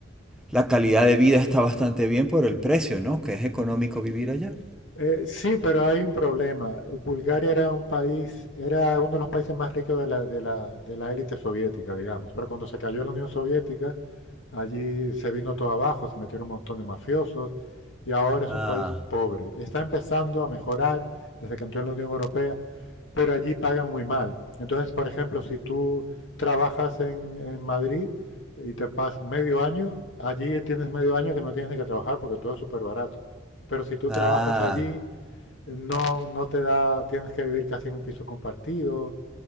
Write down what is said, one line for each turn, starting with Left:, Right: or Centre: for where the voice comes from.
Centre: la calidad de vida está bastante bien por el precio, ¿no? Que es económico vivir allá.
Left: Eh, sí, pero hay un problema. Bulgaria era un país, era uno de los países más ricos de la, de la, de la élite soviética, digamos. Pero cuando se cayó la Unión Soviética, allí se vino todo abajo, se metieron un montón de mafiosos y ahora es
Centre: Ah,
Left: un país pobre. Está empezando a mejorar desde que entró en la Unión Europea, pero allí pagan muy mal. Entonces, por ejemplo, si tú trabajas en, en Madrid y te pasas medio año, allí tienes medio año que no tienes ni que trabajar porque todo es súper barato. Pero si tú
Centre: ah.
Left: trabajas allí, no, no te da, tienes que vivir casi en un piso compartido,